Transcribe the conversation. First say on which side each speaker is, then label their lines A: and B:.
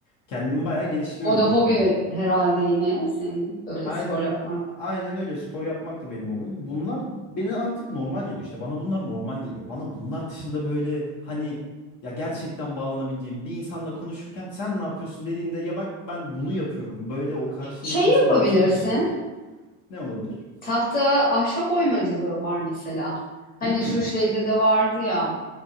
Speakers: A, on the left; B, on the left.
A: Kendimi bayağı geliştiriyorum
B: O da
A: bu
B: hobi
A: konuda.
B: herhalde yine senin böyle
A: Aynen
B: spor yapman.
A: aynen öyle spor yapmak da benim hobim. Bunlar beni artık normal geliyor. İşte bana bunlar normal geliyor. Bana bunlar dışında böyle hani ya gerçekten bağlanabileceğim bir insanla konuşurken sen ne yapıyorsun dediğinde ya bak ben bunu yapıyorum. Böyle o karşındaki
B: Şey
A: insanın
B: yapabilirsin.
A: ilgisini çekecek. Ne olabilir?
B: Tahta ahşap oymacılığı var mesela. Hani
A: Hmm,
B: şu şeyde de vardı ya